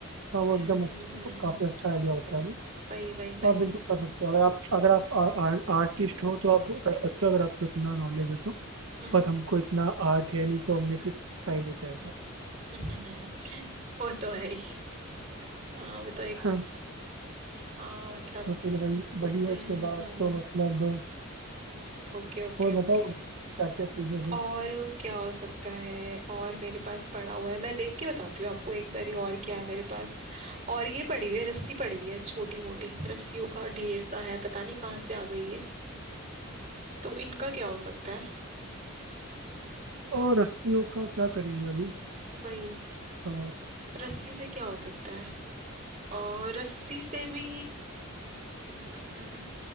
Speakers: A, on the right; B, on the right.
A: हाँ वो
B: हम्म
A: एकदम अच्छा
B: हम्म हम्म,
A: काफ़ी अच्छा आइडिया होता है वो
B: वही वही वही
A: तो आप बिल्कुल कर सकते हो अगर आप अगर आप आ, आ, आर्टिस्ट हो तो आप कर सकते हो अगर आपको इतना नॉलेज है तो
B: हम्म
A: बट हमको इतना आर्ट है नहीं तो हमने कुछ ट्राई नहीं किया था
B: <laughs> वो तो है ही हाँ वो तो एक
A: हाँ,
B: हाँ मतलब
A: तो फिर वही वही है
B: हम्म
A: उसके
B: हम्म
A: बाद
B: हम्म
A: तो मतलब
B: Okay okay
A: और
B: okay
A: बताओ क्या क्या चीजें हैं
B: और क्या हो सकता है और मेरे पास पड़ा हुआ है मैं देख के बताती हूँ आपको एक बारी और क्या है मेरे पास और ये पड़ी हुई है रस्सी पड़ी हुई है छोटी मोटी रस्सियों का ढेर सा है पता नहीं कहाँ से आ गई ये तो इनका क्या हो सकता है
A: और रस्सियों का क्या करेंगे अभी
B: वही
A: अ,
B: रस्सी से क्या हो सकता है और रस्सी से भी अम, अम, अम,